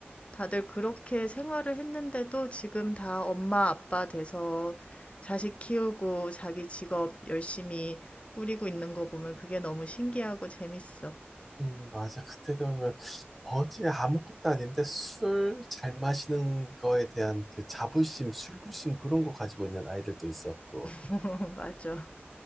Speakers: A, on the left; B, in the centre.
A: 다들 그렇게 생활을 했는데도 지금 다 엄마, 아빠 돼서 자식 키우고 자기 직업 열심히 꾸리고 있는 거 보면 그게 너무 신기하고 재밌어.
B: 음, 맞아. 그때 되면 뭐지? 아무것도 아닌데 술 잘 마시는 거에 대한 그 자부심, 술부심 그런 거 가지고 있는 아이들도 있었고.
A: <laughs> 맞아.